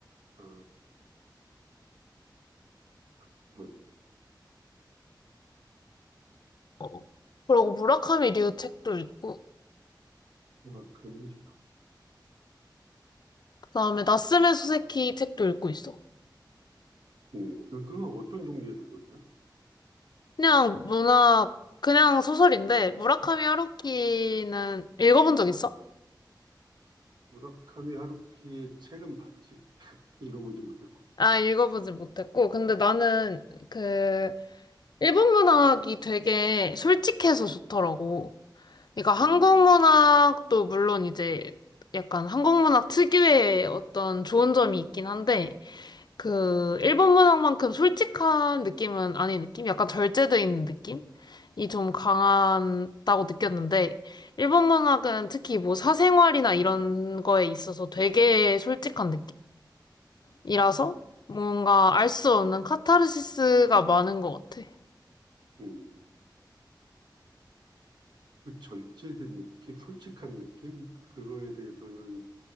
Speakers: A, on the right; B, on the left.
A: 아, 그만.
B: 어. 그러고 무라카미 류 책도 읽고,
A: 무라카미,
B: 그다음에 나스메 소세키 책도 읽고 있어.
A: 음, 그, 그건 어떤 종류의 소설이야?
B: 그냥 문학, 그냥 소설인데, 무라카미 하루키는 읽어본 적 있어?
A: 무라카미 하루키의 책은 봤지. 읽어보지 못했고.
B: 아, 읽어보지 못했고, 근데 나는 그 일본 문학이 되게 솔직해서 좋더라고. 그러니까 한국
A: 음,
B: 문학도 물론 이제 약간 한국 문학 특유의 어떤 좋은 점이 있긴 한데, 그 일본 문학만큼 솔직한 느낌은 아닌 느낌? 약간 절제돼 있는 느낌? 이 좀 강하다고 느꼈는데, 일본 문학은 특히 뭐 사생활이나 이런 거에 있어서 되게 솔직한 느낌이라서 뭔가 알 수 없는 카타르시스가 많은 것 같아.
A: 음. 그 절제된 느낌, 솔직한 느낌? 그거에 대해서는